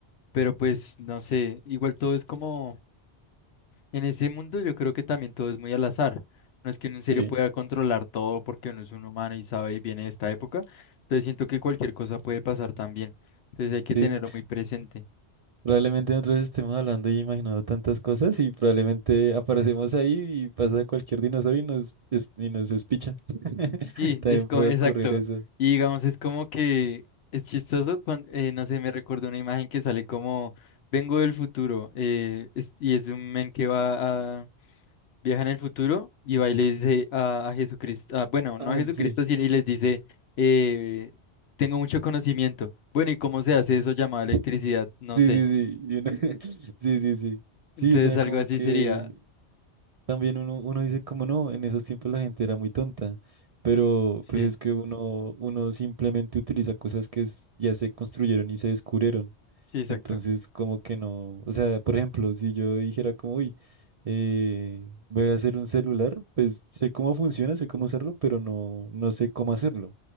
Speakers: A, on the left; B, on the right.
A: pero pues no sé, igual todo es como En ese mundo yo creo que también todo es muy al azar. No es que uno en serio
B: Sí,
A: pueda controlar todo porque uno es un humano y sabe y viene de esta época. Entonces siento que cualquier cosa puede pasar también. Entonces hay que
B: sí.
A: tenerlo muy presente.
B: Probablemente nosotros estemos hablando y imaginando tantas cosas y probablemente aparecemos ahí y pasa cualquier dinosaurio y nos, es- y nos espicha. <laughs>
A: Sí,
B: También
A: es co-
B: puede
A: exacto.
B: ocurrir eso.
A: Y digamos, es como que es chistoso cuando, no sé, me recuerdo una imagen que sale como, vengo del futuro eh, es- y es un men que va a, viaja en el futuro y va y le dice a, a Jesucristo, ah, bueno, no
B: Ah,
A: a Jesucristo,
B: sí.
A: sino y les dice, eh, tengo mucho conocimiento. Bueno, ¿y cómo se hace eso llamado electricidad?
B: <laughs>
A: No
B: Sí,
A: sé.
B: sí, sí. y uno- <laughs> Sí, sí, sí. Sí,
A: Entonces
B: o sea,
A: algo
B: como
A: así
B: que
A: sería.
B: también uno, uno dice como no, en esos tiempos la gente era muy tonta, pero
A: Sí,
B: pues es que uno, uno simplemente utiliza cosas que es- ya se construyeron y se descubrieron.
A: sí, exacto.
B: Entonces, como que no, o sea, por ejemplo, si yo dijera como, uy, eh, voy a hacer un celular, pues sé cómo funciona, sé cómo hacerlo, pero no, no sé cómo hacerlo.